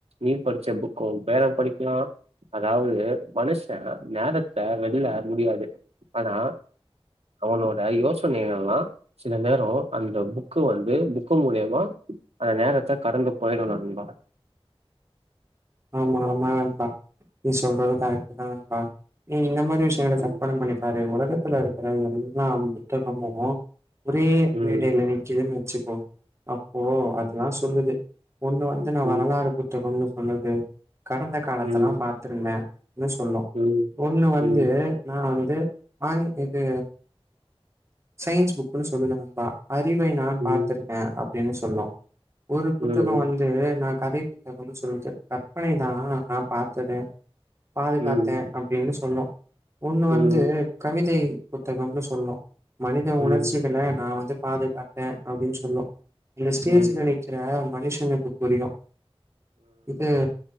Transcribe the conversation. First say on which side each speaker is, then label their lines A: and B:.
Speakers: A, on the right (about 85°); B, on the right (about 25°).
A: நீ படிச்ச புக்க உ பேர படிக்கலா அதாவது மனுஷே நேரத்த வெள்ள முடியாது ஆனா அவனோட யோசனைகல்லா சில நேரோ அந்த புக்கு வந்து புக்கு மூலியமா அந்த நேரத்த கடந்து போய்டு நண்பா
B: ஆமா ஆமா நண்பா நீ சொல்றது கரக்டுதா ண்பா நீ இந்த மாரி ரி விஷயங்கள
A: ம்
B: கற்பன பண்ணிப்பாரு உனக் க்கத்துல இருக்கற எல்லா புத்தகமு ஒரே
A: ம்
B: மேடைல நிக்குதுன் வெச்சுப்போ அப்போ அதுலா சொல்லுது ஒண்ணு வந்து நா
A: ம்
B: வரலாறு புத்தகம் னு சொல்லு ம் கடந்த காலத்தல்லா
A: ம்
B: பாத்துருந்தே னு சொல்லு
A: ம்
B: ஒண்ணு வந்து
A: ம்
B: நா வந் து ஆங் இது சயின்ஸ் புக்ணு சொல்லுவ நண்பா அறிவை நான்
A: ம்
B: பார்த்துருக்க அப்டின்னு சொல்லு ஒரு புத்தகோ
A: ம்
B: வந்து நா கதை புத்தகம்ன்னு சொல்லுது கற்பனை தா நா பாத்தது பாதி
A: ம்
B: பாத்தே
A: ம்
B: அப்டின்னு சொல்லு ஒண்ணு வந்து
A: ம்
B: கவிதை புத்தகம்னு சொல்லு மனிதன்
A: ம்
B: உணர்ச்சிகள நா வந்து பாதுகாத்தே அப்டின்னு சொல்லு அந்த ஸ்டேஜ்ல
A: ம்
B: நிக்கிற மனுஷனுக்கு புரியு இது